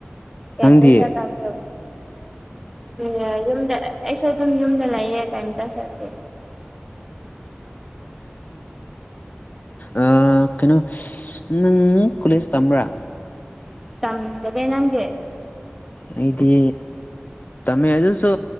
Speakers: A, in the centre; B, on the left.
A: ꯀꯗ
B: ꯅꯪꯗꯤ
A: ꯑꯁ ꯑꯗꯨ ꯌ ꯑꯩꯁꯨ ꯑꯗꯨꯝ ꯌꯨꯝꯗ ꯂꯩꯥꯏꯌꯦ ꯀꯩꯝꯇ ꯁꯥꯔꯗ
B: ꯑꯣ ꯀꯩꯅꯣ ꯅꯪ ꯀꯣꯂꯦꯖ ꯇꯝꯕ꯭ꯔꯥ
A: ꯇꯝꯗꯦ ꯅꯪꯦ
B: ꯑꯩꯗꯤ ꯇꯝꯃꯦ ꯑꯗꯨꯁꯨ